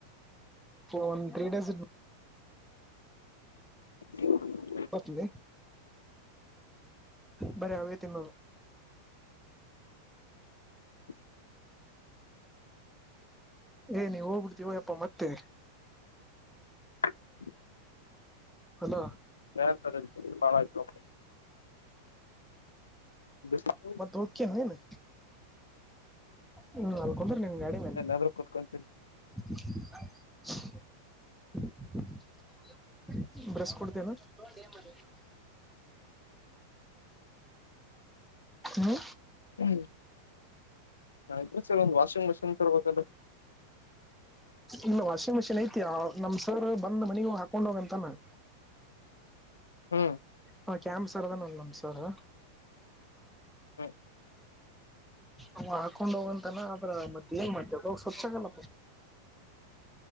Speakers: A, in the centre; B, on the left (about 70°).
A: ಒನ್ ತ್ರೀ ಡೇಸ್
B: <inaudible>
A: ಬತೀನಿ ಬರೀ <unintelligible> ತಿನ್ನೋರು.
B: <inaudible>
A: ಏ ನೀ ಹೋಗ್ಬಿಡ್ತೀವಯ್ಯಪ್ಪ ಮತ್ತೇ.
B: <unintelligible>
A: ಅಲ
B: <unintelligible>
A: ಹೋಗ್ಕಿ ಏನ್ ನೀನು ಹ್ಮ ಅಲ್ಲ ಕುಂದರಿ ನಿಮ್ಮ ಗಾಡಿ ಮೇಲ
B: ಎಲ್ಲಾದ್ರೂ ಕುತ್ಕೊಂಡ್
A: <unintelligible> ಬ್ರಸ್ ಕೊಡ್ತೇನೆ ಹ <unintelligible> ಹೂ
B: ಹೂ ನಾವು ಇಬ್ಬರು ಸೇರಿ ಒಂದು ವಾಷಿಂಗ್ ಮಷಿನ್ ತರ್ಬೇಕಲ್ಲ
A: ಇಲ್ಲ ವಾಷಿಂಗ್ ಮಷಿನ್ ಐತಿ ನಮ್ ಸರ್ ಬಂದ್ ಮನಗ ಹೋಗ ಹಾಕೊಂಡ ಹೋಗಂತಾನ
B: ಹೂ
A: ಹ ಕ್ಯಾಂಪ್ ಸರ್ ಅದನಲ್ಲ ನಮ್ ಸರ್
B: ಹಾ
A: ಅವ ಹಾಕೊಂಡ್ ಹೋಗಂತನ ಅಂದ್ರ ಮತ್ತೆ ನು ಮಾಡತ ಸ್ವಚ್ಛಾಗಲ್ಲ